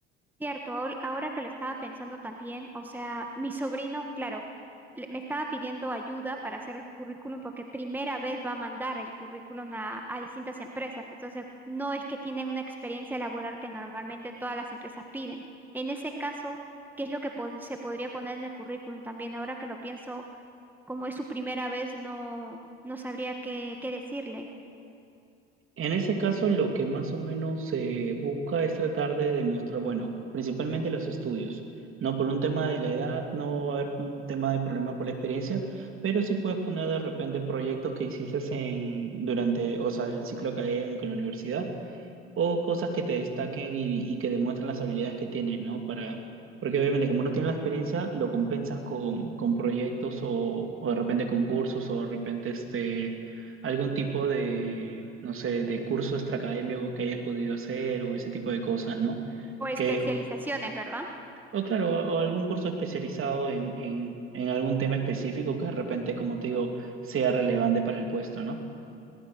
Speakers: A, in the centre; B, on the right.
A: Cierto, ahor- ahora que lo estaba pensando también, o sea, mi sobrino, claro, le- me estaba pidiendo ayuda para hacer el currículum porque primera vez va a mandar el currículum a, a distintas empresas, entonces no es que tienen una experiencia laboral que normalmente todas las empresas piden. En ese caso, ¿qué es lo que pod- se podría poner en el currículum también? Ahora que lo pienso, como es su primera vez, no, no sabría qué, qué decirle.
B: En ese caso, lo que más o menos se busca es tratar de demostrar, bueno, principalmente los estudios. No por un tema de la edad, no va a haber un tema de problema por la experiencia, pero sí puedes poner de repente proyectos que hiciste en, durante, o sea, el ciclo académico, la universidad, o cosas que te destaquen y, y que demuestren las habilidades que tienes, ¿no? Para, porque obviamente como no tienes la experiencia, lo compensas con, con proyectos o, o de repente concursos o de repente este, algún tipo de, no sé, de curso extraacadémico que hayas podido hacer o ese tipo de cosas, ¿no?
A: O especializaciones,
B: Que, o,
A: ¿verdad?
B: o claro, o, o algún curso especializado en, en, en algún tema específico que de repente, como te digo, sea relevante para el puesto, ¿no?